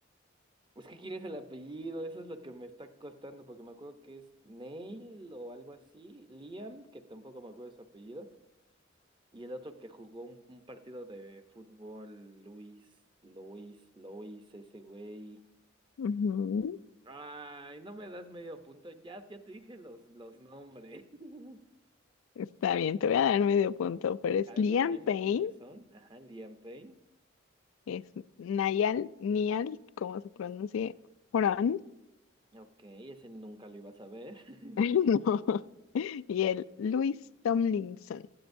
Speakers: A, on the right; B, on the left.
A: ¿es que quieres el apellido, eso es lo que me está costando, porque me acuerdo que es Neil o algo así, Liam, que tampoco me acuerdo su apellido, y el otro que jugó un, un partido de fútbol, Luis, Luis, Luis, ese güey.
B: Ujú.
A: Ay, no me das medio punto, ya, ya te dije los, los nombres. <laughs>
B: Está bien, te voy a dar medio punto, pero es
A: Ay,
B: Liam
A: pero dime
B: Payne
A: quiénes son. Ajá, Liam Payne.
B: Es Nayal, Nial, como se pronuncie, Horan,
A: Ok, ese nunca lo ibas a ver. <laughs>
B: <laughs> no. Y el Luis Tomlinson.